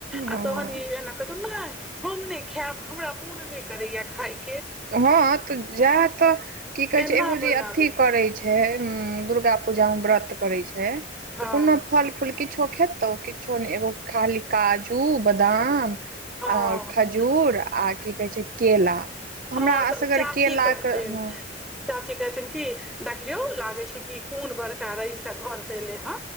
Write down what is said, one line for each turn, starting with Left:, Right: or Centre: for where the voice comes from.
Centre: आ
Right: हँ
Centre: तहन ई एना हम नहि खायब हमरा मोन नहि करैया खाय कऽ
Right: हँ तऽ जायत तऽ की कहै
Centre: एना
Right: छै एगो
Centre: बनाबे
Right: जे अथी करै छै दुर्गा पूजा मऽ व्रत करै छै
Centre: हँ
Right: तऽ कोनो फल फूल किछो खेतौ किछो नहि एगो खाली काजू बदाम
Centre: हँ
Right: आओर खजूर आ की कहैत छैय केला हमरा
Centre: हँ तऽ
Right: असगर
Centre: चाची
Right: केलाके
Centre: कहथिन
Right: हँ
Centre: चाची कहथिन कि देखियौ लागै छै कि कोन बड़का रइसँक घर सऽ एलै हेँ